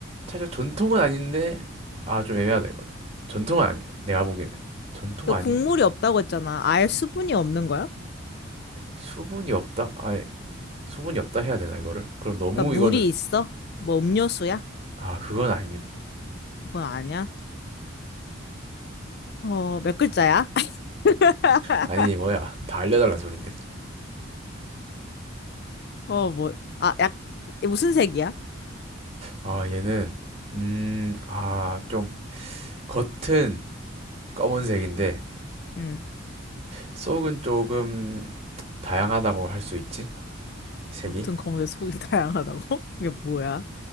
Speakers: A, on the right; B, on the left.
A: 살짝 전통은 아닌데 아 좀 애매하다 이거는. 전통은 아니야. 내가 보기에는 전통
B: 이거
A: 아닌
B: 국물이
A: 가
B: 없다고 했잖아. 아예 수분이 없는 거야?
A: 수분이 없다. 아 수분이 없다 해야 되나 이거를? 그럼 너무
B: 그러니까
A: 이거는
B: 물이 있어? 뭐 음료수야?
A: 아 그건 아닙니다.
B: 그건 아니야. 어, 몇 글자야? <laughs>
A: 아니 뭐야 다 알려달라는 소린데.
B: 어, 뭐, 아, 약, 무슨 색이야?
A: 아 얘는 음, 아, 좀 겉은 검은색인데
B: 응.
A: 속은 조금 다양하다고 할 수 있지? 색이?
B: 겉은 검은데 속이 다양하다고? <laughs> 이게 뭐야?